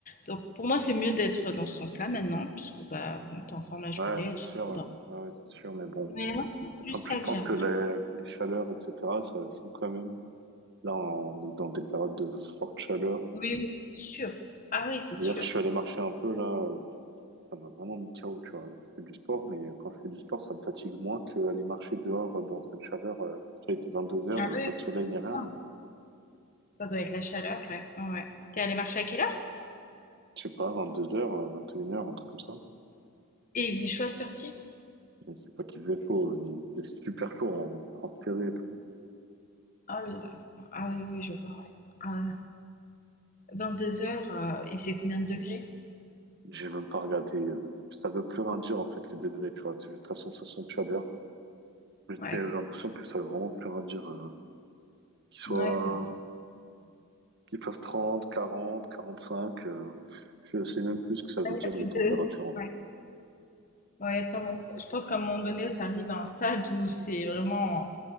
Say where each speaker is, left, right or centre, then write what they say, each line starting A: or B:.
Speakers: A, on the left (about 35°); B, on the right (about 50°).
A: Donc pour moi, c'est mieux d'être dans ce sens-là maintenant, parce que bah, bon, t'es en forme la journée,
B: Ouais, c'est
A: le soir,
B: sûr,
A: faut
B: hein.
A: dormir.
B: ouais, Ouais, c'est sûr, mais bon.
A: Mais moi, c'est plus
B: En
A: ça
B: plus, je
A: que
B: pense
A: j'ai remarqué.
B: que les, les chaleurs, etc., ça joue quand même. Là, on est dans des périodes de forte chaleur.
A: Oui, oui, c'est sûr. Ah oui, c'est
B: Hier,
A: sûr.
B: je suis allé marcher un peu là, euh, ça m'a vraiment mis KO, tu vois. Alors, je fais du sport, mais quand je fais du sport, ça me fatigue moins qu'aller marcher dehors euh, dans cette chaleur. euh, Tu vois, il était 22 heures
A: Ah
B: et
A: oui,
B: pas
A: bah,
B: de soleil
A: ça doit
B: ni rien,
A: être ça.
B: mais
A: hein. Ça doit être la chaleur, ouais. Ouais. ouais. T'es allé marcher à quelle heure?
B: je sais pas, 22 heures, euh, 21 heures, un truc comme ça.
A: Et il faisait chaud à cette heure-ci?
B: Mais c'est pas qu'il faisait chaud, euh, il faisait super chaud, en transpirait et tout.
A: Oh là là. Ah oui, oui, je vois, ouais. Ah deux heures heu, il faisait combien de degrés?
B: J'ai même pas regardé, euh, ça veut plus rien dire en fait les degrés, tu vois. C'est juste la sensation de chaleur. Mais tu
A: Ouais.
B: sais, j'ai l'impression que ça veut vraiment plus rien dire, euh, qu'il soit
A: Ouais, c'est vrai.
B: qu'il fasse 30, 40, 45. euh, je sais même plus ce que ça veut
A: Il
B: dire
A: y a plus
B: les températures
A: de
B: en fait.
A: ouais. Ouais, attends, je pense qu'à un moment donné, tu arrives à un stade où c'est vraiment